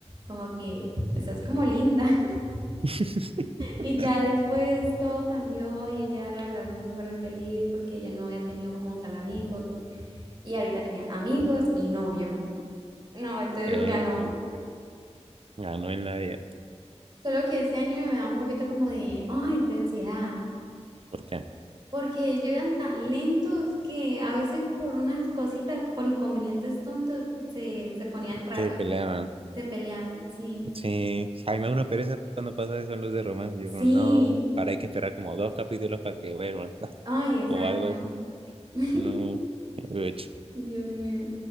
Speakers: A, on the right; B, on the right.
A: como que estás como linda. <laughs>
B: <laughs>
A: Y ya después todo cambió y ella la verdad se puso re feliz porque ella no había tenido como tal amigos. Y ahorita tenía amigos y novio. No, entonces
B: Epa,
A: ganó.
B: ganó en la vida.
A: Solo que ese anime me da un poquito como de, ay, de ansiedad,
B: ¿Por qué?
A: porque ellos eran tan lentos que a veces por unas cositas, por inconvenientes tontos, se, se ponían raros,
B: Se peleaban.
A: se peleaban, sí,
B: Sí, a mí me da una pereza cuando pasa eso en los de romance. Yo
A: sí,
B: como, no, ahora hay que esperar como dos capítulos para que vuelvan <laughs>
A: ay, exacto.
B: o algo así.
A: <laughs>
B: No, uch,
A: Dios mío.